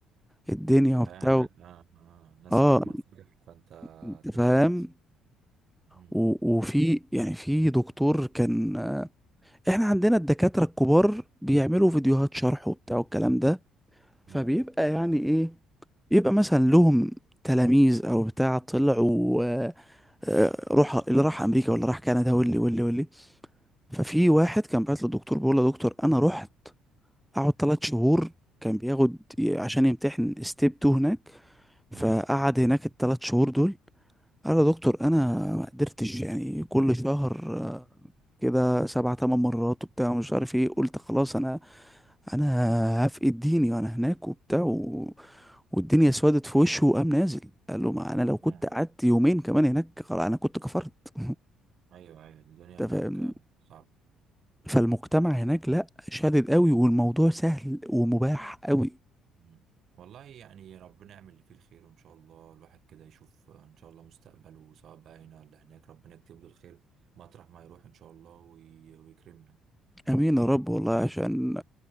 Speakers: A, in the centre; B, on the right (about 45°).
A: الدنيا
B: الحياة
A: وبتاع
B: هناك اه اه الناس
A: اه
B: هناك منفتحة فانت
A: انت فاهم
B: تتعب نفسك امم
A: و- وفي يعني في دكتور كان احنا عندنا الدكاترة الكبار بيعملوا فيديوهات شرح وبتاع والكلام ده فبيبقى
B: امم
A: يعني ايه يبقى مثلا لهم تلاميذ او بتاع طلعوا آه، آه، روح اللي راح امريكا واللي راح كندا واللي واللي واللي ففي واحد كان بعت للدكتور بيقول له يا دكتور انا رحت قعد ثلاث شهور كان بياخد ي- عشان يمتحن ستيب 2 هناك فقعد
B: اه
A: هناك الثلاث شهور دول قال يا دكتور انا ما قدرتش يعني كل شهر آه، كده سبع تمن مرات وبتاع مش عارف ايه قلت خلاص انا انا هفقد ديني وانا هناك وبتاع و... والدنيا سودت في وشه وقام نازل قال له ما انا لو كنت
B: آه.
A: قعدت يومين كمان هناك خلاص انا كنت كفرت <laughs>
B: ايوه ايوه الدنيا
A: انت
B: هناك
A: فاهم
B: آه، صعبة
A: فالمجتمع هناك لا شادد قوي والموضوع سهل ومباح قوي
B: مم. والله يعني ربنا يعمل اللي فيه الخير وان شاء الله الواحد كده يشوف ان شاء الله مستقبله سواء بقى هنا ولا هناك ربنا يكتب له الخير مطرح ما يروح ان شاء الله وي... ويكرمنا
A: امين يا رب والله عشان